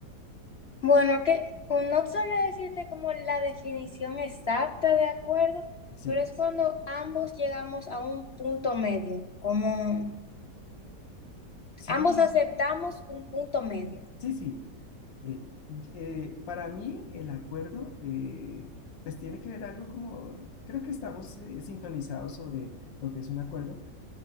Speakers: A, on the left; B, on the left.
A: Bueno, que o no sabría decirte como la definición exacta de acuerdo,
B: Sí,
A: pero es cuando ambos llegamos a un punto medio, como
B: sí,
A: ambos aceptamos
B: sí,
A: un punto medio.
B: sí, sí. Eh, eh, para mí, el acuerdo, eh, pues tiene que ver algo como, creo que estamos eh, sintonizados sobre lo que es un acuerdo